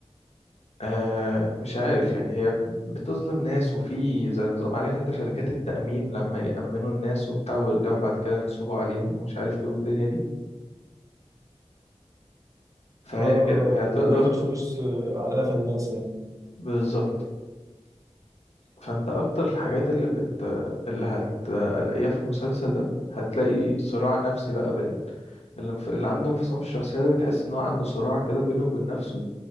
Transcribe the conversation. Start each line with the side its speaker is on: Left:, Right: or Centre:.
Left: آه مش عارف يعني هي بت- بتظلم ناس وفي زي نظام عارف انت شركات التأمين لما يأمنوا الناس وبتاع ويرجعوا بعد كده ينصبوا عليهم ومش عارف ايه والدنيا دي فهي
Right: آه
Left: كده هي
Right: آه يعني
Left: تقدر
Right: بياخد
Left: ت-
Right: فلوس آه، على قفا الناس يعني
Left: بالظبط فانت اكتر الحاجات اللي بت اللي هتلاقيها في المسلسل ده هتلاقي صراع نفسي بقى بين اللي, انف... اللي عنده انفصام في الشخصية ده بتحس ان هو عنده صراع كده بينه وبين نفسه